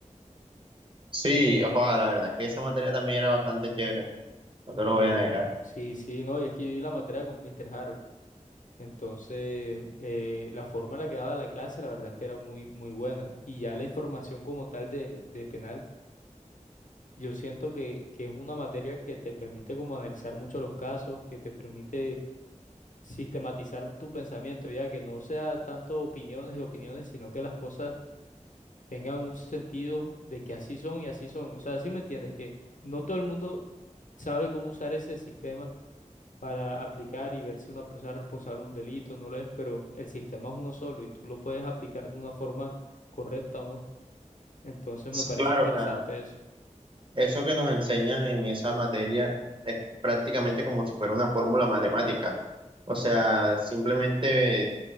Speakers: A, on the right (about 40°); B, on the left (about 80°).
A: Sí, ojo, la verdad que esa materia también era bastante chévere, no
B: No,
A: te lo voy a negar.
B: sí, sí, no, y es que yo di la materia con Mr. Harold. Entonces, eh, la forma en la que daba la clase, la verdad es que era muy, muy buena. Y ya la información como tal de, de penal, yo siento que, que es una materia que te permite como analizar mucho los casos, que te permite sistematizar tu pensamiento, ya que no sea tanto opiniones y opiniones, sino que las cosas tengan un sentido de que así son y así son. O sea, sí me entiendes, que no todo el mundo sabe cómo usar ese sistema para aplicar y ver si una persona es responsable de un delito o no lo es, pero el sistema es uno solo y tú lo puedes aplicar de una forma correcta o no. Entonces
A: Sí,
B: me parece
A: claro,
B: interesante
A: o sea,
B: eso.
A: eso que nos enseñan en esa materia es prácticamente como si fuera una fórmula matemática. O sea, simplemente